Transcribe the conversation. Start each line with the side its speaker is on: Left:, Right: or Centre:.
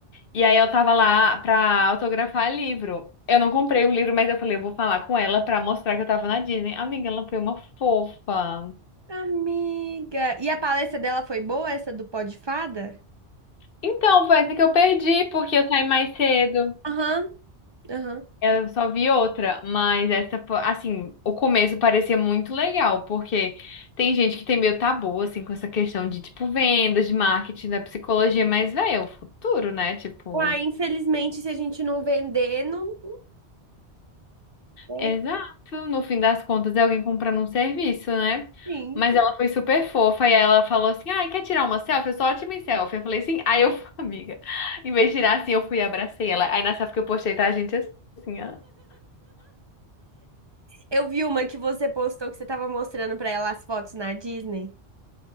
Left: e aí eu tava lá pra autografar livro. Eu não comprei o livro, mas eu falei, eu vou falar com ela pra mostrar que eu tava na Disney. Amiga, ela foi uma fofa.
Right: Amiga. E a palestra dela foi boa, essa do Pó de Fada?
Left: Então, foi essa que eu perdi, porque eu saí mais cedo.
Right: Aham, aham.
Left: Eu só vi outra, mas essa, fo- assim, o começo parecia muito legal, porque tem gente que tem meio tabu, assim, com essa questão de, tipo, vendas, de marketing, da psicologia, mas, velho, é o futuro, né? Tipo,
Right: Uai, infelizmente, se a gente não vender, não. É,
Left: exato, no fim das contas é alguém comprando um serviço, né?
Right: sim.
Left: Mas ela foi super fofa e ela falou assim: ai, quer tirar uma selfie? Eu sou ótima em selfie. Eu falei assim: aí eu, <laughs> amiga, em vez de tirar assim, eu fui e abracei ela. Aí na selfie que eu postei, tá, gente, assim, ó.
Right: Eu vi uma que você postou que você tava mostrando pra ela as fotos na Disney.